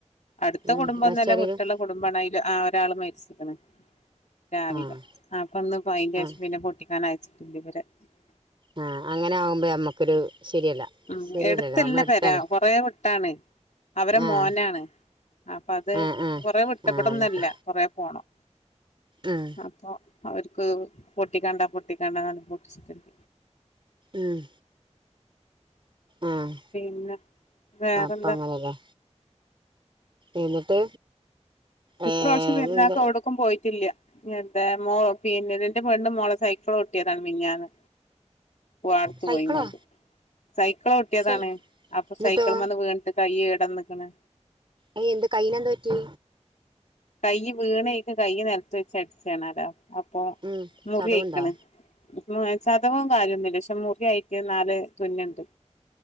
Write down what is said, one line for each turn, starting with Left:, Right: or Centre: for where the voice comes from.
Left: അടുത്ത
Right: ഉം
Left: കുടുംബമൊന്നുല്ല
Right: മെച്ചറിയിലും
Left: വിട്ടുള്ള കുടുംബണ അതിൽ ആ ഒരാള് മരിച്ചിരിക്കണേ രാവിലെ
Right: ആഹ്
Left: അപ്പൊ ഇന്നേ അതിന്റെഷം
Right: ആഹ്
Left: പിന്നെ പൊട്ടിക്കാനായി <unintelligible>
Right: ആ അങ്ങനെ ആകുമ്പോ നമ്മക്കൊരു ശരിയല്ല
Left: ഉം
Right: ശരിയല്ലല്ലോ
Left: എടുത്തല്ല
Right: നമ്മള അടുത്താണ്
Left: പെര കൊറേ വിട്ടാണ് അവരെ
Right: ആഹ്
Left: മോനാണ് അപ്പൊ അത്
Right: ആഹ് ആഹ്
Left: കൊറ വിട്ട
Right: ആഹ്
Left: ഇവിടെയൊന്നുല്ല
Right: നമുക്ക്
Left: കൊറ പോണം
Right: ഉം
Left: അപ്പൊ അവർക്ക് പൊട്ടിക്കാണ്ട പൊട്ടിക്കണ്ടാനു പോട്ടിച്ചിട്ടില്ല
Right: ഉം ആഹ്
Left: പിന്നെ വേറെന്താ
Right: അപ്പൊ അങ്ങനെല്ലേ എന്നിട്ട് ഏഹ്
Left: ഇപ്രാവശ്യം പെരുന്നാൾക്ക് എവിടേക്കും പോയിട്ടില്ല അതെ മോ പിന്നെ ന്റെ <unintelligible> മോള സൈക്കിളട്ടിയതാണ് മിഞ്ഞന്ന് ഓ അടത്തു
Right: സൈക്കിളോ
Left: പൊയ്ക്കണ്ടേ സൈക്കിൾ ചവിട്ടിയതാണ്
Right: സൈ
Left: അപ്പൊ
Right: എന്നിട്ടോ
Left: സൈക്കിളുമെന്ന് വീണിട്ട് കൈയ്യ് <unintelligible>
Right: ആയി എന്ത് കൈന് എന്ത്‌ പറ്റി
Left: കൈ വീണെയിക് കൈ നെലത്ത് വെച്ച് അടിച്ചേണാലോ- അപ്പൊ
Right: ഉം
Left: മുറിയിക്കണ്-
Right: ചതവുണ്ടോ
Left: മ ചതവും കാര്യമൊന്നുമില്ല പക്ഷെ മുറി ആയിട്ട് നാല് തുന്നുണ്ട്-